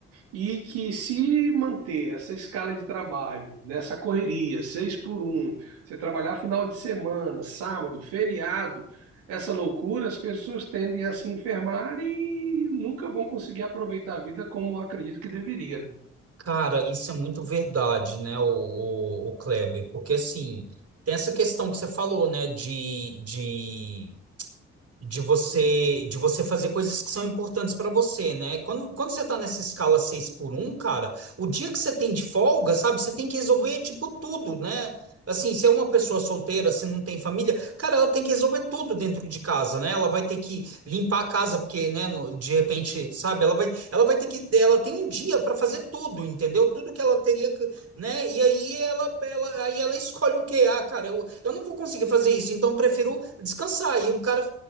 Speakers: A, on the right; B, on the right.
A: e que se manter essa escala de trabalho, nessa correria, seis por um, você trabalhar final de semana, sábado, feriado, essa loucura, as pessoas tendem a se enfermar e nunca vão conseguir aproveitar a vida como eu acredito que deveria, né?
B: Cara, isso é muito verdade, né, o, o, o Kleber? Porque assim, tem essa questão que você falou, né, de, de de você de você fazer coisas que são importantes para você, né? Quando, quando você tá nessa escala 6 por um cara, o dia que você tem de folga, sabe, você tem que resolver tipo tudo, né? Assim, se é uma pessoa solteira, se não tem família, cara, ela tem que resolver tudo dentro de casa, né? Ela vai ter que limpar a casa, porque, né, no- de repente, sabe, ela vai, ela vai ter que, ela tem um dia para fazer tudo, entendeu? Tudo que ela teria que, né? E aí ela, ela, aí ela escolhe o que, ah, cara, eu, eu não vou conseguir fazer isso, então eu prefiro descansar. E o cara